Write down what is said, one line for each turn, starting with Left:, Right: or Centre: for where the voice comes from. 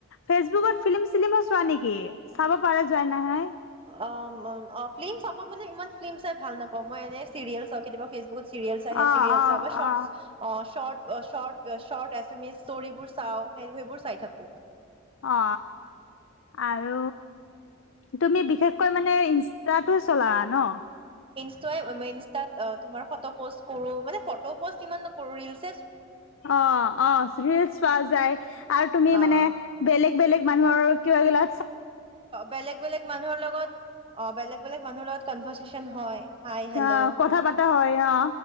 Left: ফেচবুকত ফিল্ম চিলিম চোৱা নেকি? চাব পাৰা যায় নহয়
Right: অ অ ফিল্ম চাব মই মানে ইমান ফিল্ম চাই ভাল নাপাওঁ মই এনে চিৰিয়েল চাওঁ কেতিয়াবা ফেচবুকত চিৰিয়েলছ আহে
Left: অ
Right: চিৰিয়েলছ
Left: অ
Right: বা শৰ্ট
Left: অ
Right: অ শৰ্ট শট-শৰ্ট এছ এম ইছ ষ্টৰিবোৰ চাওঁ সেই সেইবোৰ চাই থাকো।
Left: অ আৰু তুমি বিশেষকৈ মানে ইনষ্টাটো চলা ন?
Right: ইনষ্টই ইনষ্টাত তোমাৰ ফট পষ্ট কৰো মানে ফট পষ্ট ইমান নকৰো ৰিলছ।
Left: অ-অ ৰিলচ পোৱা যায় আৰু তুমি
Right: অ'
Left: মানে বেলেগ-বেলেগ মানুহৰ কিবা গলা
Right: বেলেগ-বেলেগ মানুহৰ লগত অ বেলেগ-বেলেগ মানুহৰ লগত কনভাৰ্চচন হয়। হাই হেল্ল'
Left: অ কথা পাতা হয় অ